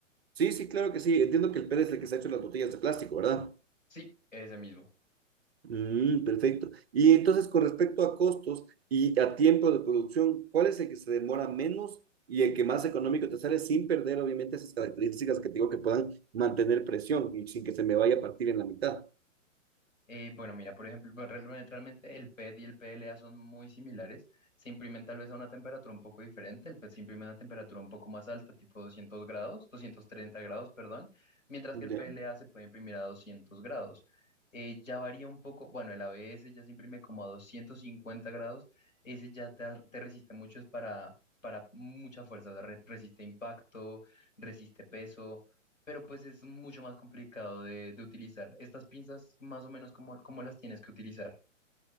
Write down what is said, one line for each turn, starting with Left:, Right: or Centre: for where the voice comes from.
Right: Sí, sí, claro que sí. Entiendo que el PED es el que se ha hecho las botellas de plástico, ¿verdad?
Left: Sí, ese mismo.
Right: Mm, perfecto. Y entonces, con respecto a costos y a tiempo de producción, ¿cuál es el que se demora menos y el que más económico te sale sin perder, obviamente, esas características que te digo que puedan mantener presión y sin que se me vaya a partir en la mitad?
Left: Eh, bueno, mira, por ejemplo, pues, realme- realmente el PET y el PLA son muy similares. Se imprimen tal vez a una temperatura un poco diferente. El PET se imprime a una temperatura un poco más alta, tipo 200 grados, 230 grados, perdón, mientras que el
Right: ya
Left: PLA se puede imprimir a 200 grados. Eh, ya varía un poco, bueno, el ABS ya se imprime como a 250 grados. Ese ya te, ar- te resiste mucho, es para, para mucha fuerza, o sea, re- resiste impacto, resiste peso pero pues es mucho más complicado de, de utilizar. Estas pinzas, más o menos, cómo cómo las tienes que utilizar?